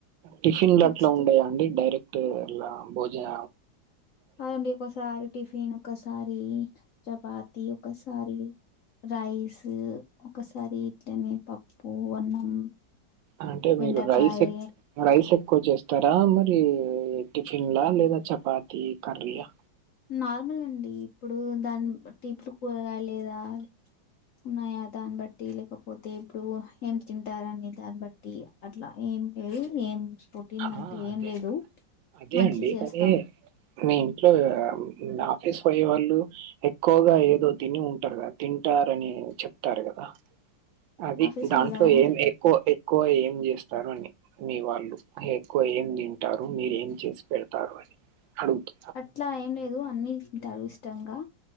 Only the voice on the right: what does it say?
టిఫిన్ లో
అట్ల ఉండయా అండి డైరెక్ట్ అలా భోజన
అంటే మీరు
రైస్ ఎక్ రైస్ ఎక్కువ చేస్త చేస్తారా మరి టిఫిన్ లా లేదా చపాతి కర్రీలా
ఆ
అదే
అదే
అండి.
కానీ మీ ఇంట్లో నా ఆఫీస్ పోయే వాళ్ళు ఎక్కువగా ఏదో తిని ఉంటారు కదా తింటారని చెప్తారు కదా అది
దాంట్లో
ఏం ఎక్కువ ఎక్కువ ఏం చేస్తారు అని మీ వాళ్ళు ఎక్కువ ఏం తింటారు మీరు ఏం చేసి పెడతారు అని అడుగుతు